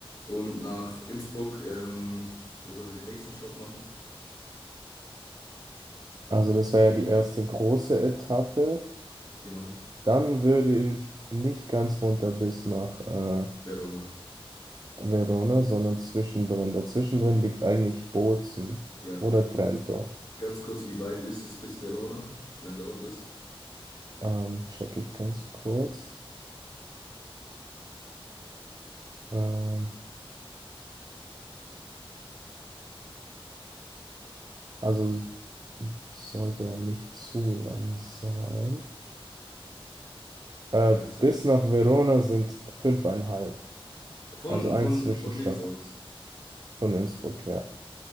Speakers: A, on the left; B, on the right.
A: Und nach Innsbruck, ähm, wo sollen wir den nächsten Stopp machen?
B: Also das war ja die erste große Etappe.
A: Genau,
B: Dann würde ich nicht ganz runter bis nach äh,
A: Verona.
B: Verona, sondern zwischendrin. Dazwischendrin liegt eigentlich Bozen
A: Ja,
B: oder Trento.
A: ganz kurz, wie weit ist es bis Verona? Wie lange dauert es?
B: Ähm, check ich ganz kurz. Ähm, also s- sollte ja nicht zu lang sein. Äh,
A: Ja, das wird
B: bis nach Verona sind fünfeinhalb.
A: von,
B: Also ein
A: von,
B: Zwischenstopp
A: von Dings aus.
B: von Innsbruck, ja.